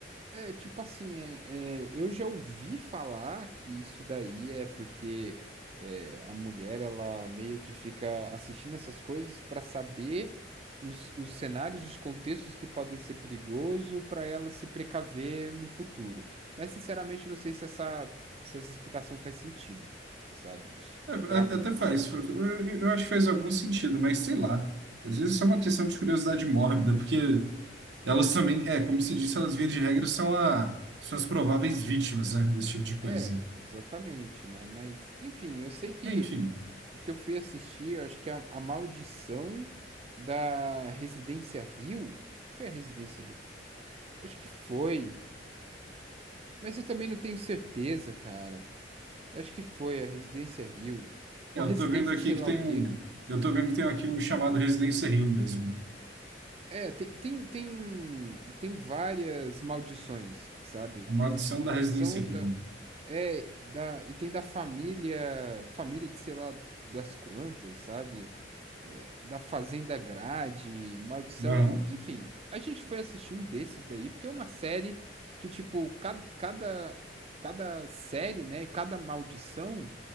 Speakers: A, on the right (about 35°); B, on the right (about 75°).
A: é tipo assim, é, é, eu já ouvi falar que isso daí é porque é, a mulher ela meio que fica assistindo essas coisas para saber os, os cenários, os contextos que podem ser perigoso para ela se precaver no futuro. Mas sinceramente, eu não sei se essa, se essa explicação faz sentido, sabe?
B: É, é,
A: Para
B: até
A: mim,
B: até
A: assim.
B: faz. Foi- foi- Eu, eu acho que faz algum sentido, mas sei lá. Às vezes é só uma questão de curiosidade mórbida, porque elas também, é, como se disse, elas via de regra são, a, são as prováveis vítimas, né, desse tipo de coisa.
A: É, exatamente, né? Mas, enfim, eu sei que.
B: Enfim,
A: que eu fui assistir, eu acho que a, a Maldição da Residência Rio. Foi a Residência Rio? Acho que foi. Mas eu também não tenho certeza, cara. Acho que foi a Residência Rio.
B: é,
A: Ou
B: eu
A: Residência
B: tô vendo aqui
A: sei
B: que
A: lá
B: tem
A: o quê.
B: um. Eu tô vendo que tem aqui um chamado Residência Rio mesmo.
A: É, tem, tem, tem, tem várias maldições, sabe?
B: A maldição
A: Tem tipo maldição
B: da Residência Rio.
A: da, É, da, e tem da família, família de sei lá das quantas, sabe? É, da Fazenda Grade, Maldição
B: Não,
A: de. Enfim, a gente foi assistir um desses daí, porque é uma série que, tipo, cada, cada, cada série, né? Cada maldição